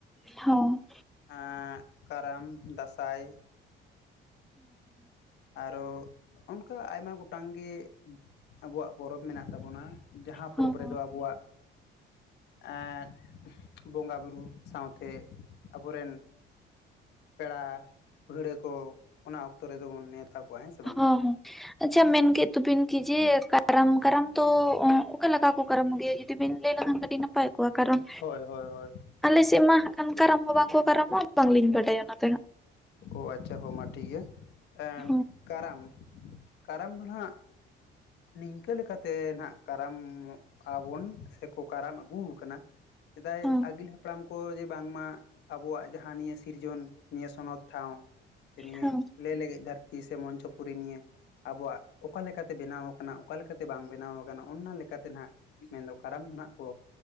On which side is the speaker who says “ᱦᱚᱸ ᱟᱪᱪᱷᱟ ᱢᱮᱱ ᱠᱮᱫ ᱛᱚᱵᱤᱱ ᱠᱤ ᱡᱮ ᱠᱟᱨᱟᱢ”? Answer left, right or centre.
Centre